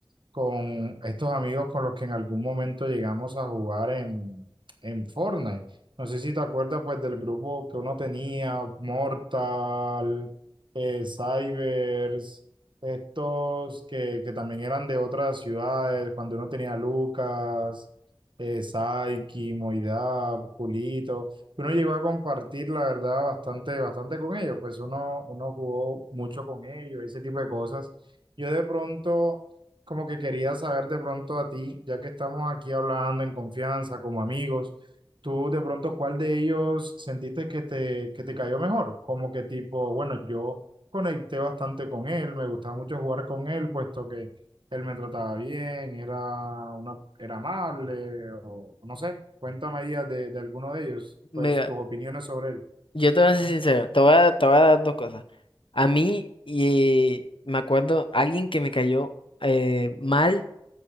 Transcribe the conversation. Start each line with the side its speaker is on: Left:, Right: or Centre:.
Right: con estos amigos con los que en algún momento llegamos a jugar en, en Fortnite. No sé si te acuerdas pues del grupo que uno tenía, Mortal, eh, Cybers, estos que, que también eran de otras ciudades, cuando uno tenía Lucas, eh, Saiki, Moidab, Julito. Uno llegó a compartir, la verdad, bastante, bastante con ellos, pues uno, uno jugó mucho con ellos, ese tipo de cosas. Yo de pronto como que quería saber de pronto a ti, ya que estamos aquí hablando en confianza, como amigos, tú de pronto, ¿cuál de ellos sentiste que te, que te cayó mejor? Como que tipo, bueno, yo conecté bastante con él, me gustaba mucho jugar con él, puesto que él me trataba bien, era una, era amable, o no sé, cuéntame ahí de, de alguno de ellos,
Left: Mira,
Right: pues tus opiniones sobre él.
Left: yo te voy a ser sincero, te voy a, te voy a dar dos cosas. A mí, y me acuerdo, alguien que me cayó eh, mal